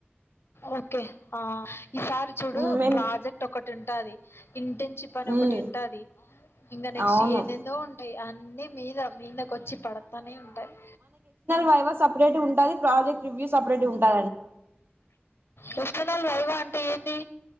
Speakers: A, on the left; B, on the right.
A: ఓకే ఈసారి చూడు
B: మ్ మేం
A: ప్రాజెక్ట్ ఒకటి ఉంటది ఇంటర్న్షిప్ అని ఒకటి
B: మ్
A: ఉంటది ఇంకా నెక్స్ట్
B: అవును
A: ఏందేందో ఉంటాయి అన్నీ మీద మీందకి వచ్చి పడతానే ఉంటాయి
B: వైవ సపరేట్ ఉంటది ప్రాజెక్ట్ రివూ సపరేట్ ఉంటది
A: <unintelligible> వైవా అంటే ఏంది